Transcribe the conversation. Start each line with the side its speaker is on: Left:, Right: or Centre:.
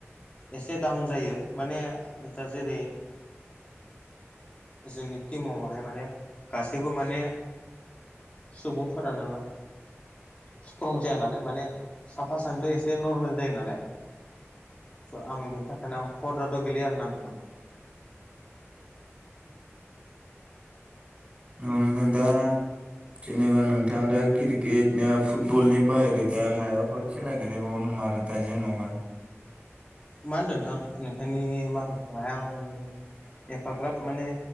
Left: एसे डाउन जायो माने दा जेरै जोंनि टिमाव हाय माने गासैबो माने सुबुंफोरानो स्ट्रं जाया नालाय माने साफा सानैथ' एसे नर्मेल जायो नालाय स' आं बेनि थाखायनो आं <unintelligible> गेलेयो आरोना नोंथां
Right: औ नोंथां दा
Left: <inaudible>
Right: जेनेबा नोंथाङा दा क्रिकेटनो फुटबलनि बाहेरै दा मायाबाफोर खेला गेलेबावो नामा आरो दा जेनबा
Left: मा होनदों नोंथां नोंथांनि माथोखौहाय आं हेफाग्राब माने